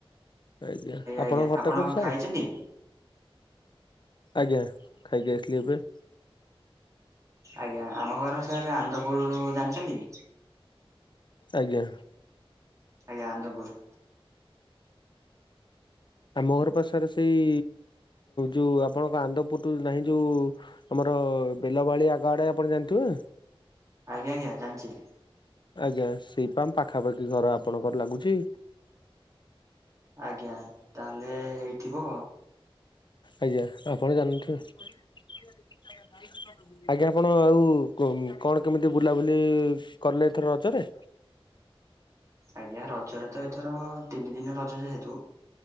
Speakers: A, on the left (about 50°); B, on the right (about 35°).
A: ଆଜ୍ଞା। ଆପଣଙ୍କ
B: ଆଜ୍ଞା
A: ଘରଟା
B: ଆପଣ
A: କୋଉଠି ସାରେ?
B: ଖାଇଛନ୍ତି?
A: ଆଜ୍ଞା। ଖାଇକି ଆସିଲି ଏବେ।
B: ଆଜ୍ଞା। ଆମ ଘର ସାର୍ ଆନନ୍ଦପୁର ଜାଣିଚନ୍ତି?
A: ଆଜ୍ଞା।
B: ଆଜ୍ଞା ଆନନ୍ଦପୁର୍।
A: ଆମ ଘର ପା ସାର୍ ସେଇ ଯୋଉ ଆପଣଙ୍କ ଆନନ୍ଦପୁରୁ ଠୁ ନାହିଁ ଯୋଉ ଆମର ବେଲବାଳି ଆଗ ଆଡେ ଆପଣ ଜାଣିଥିବେ?
B: ଆଜ୍ଞା ଆଜ୍ଞା ଜାଣିଚି।
A: ଆଜ୍ଞା। ସେଇପା ଆମ୍ ପାଖାପାଖି ଘର ଆପଣଙ୍କର ଲାଗୁଚି।
B: ଆଜ୍ଞା। ତାହେଲେ ହେଇଥିବ।
A: ଆଜ୍ଞା। ଆପଣ ଜାଣିନଥିବେ। ଆଜ୍ଞା ଆପଣ ଆଉ କଣ କେମିତି ବୁଲାବୁଲି କଲେ ଏଥର ରଜରେ?
B: ଆଜ୍ଞା ରଜରେ ତ ଏଥର ତିନି ଦିନ ରଜ ଯେହେତୁ